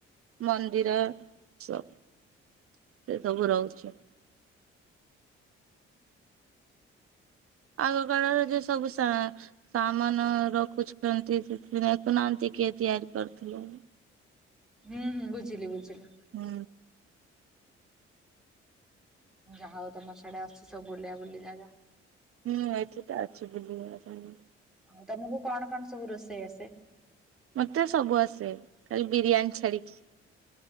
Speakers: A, on the right; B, in the centre.
A: ମନ୍ଦିର ସ ସେ ସବୁ ରହୁଛି ଆଗ କାଳରେ ଯ ସବୁ ସା ସା ମାନେ ରଖୁଛନ୍ତି ଦେଖୁନାହାନ୍ତି କିଏ ତିଆରି କରିଥିଲେ
B: ହୁଁ ହୁଁ ବୁଝିଲି ବୁଝିଲି
A: ହୁଁ
B: ଯାହା ହଉ ତମ ସିଆଡ଼େ ଅଛି ସବୁ ବୁଲା ବୁଲି ଜାଗା
A: ହୁଁ, ଏଇଠି ତ ଅଛୁ ବୁଲିବାର ଜାଗା
B: ଆଉ ତମକୁ କଣ କଣ ସବୁ ରୋଷେଇ ଆସେ
A: ମତେ ସବୁ ଆସେ ଖାଲି ବିରିୟାନୀ ଛାଡ଼ିକି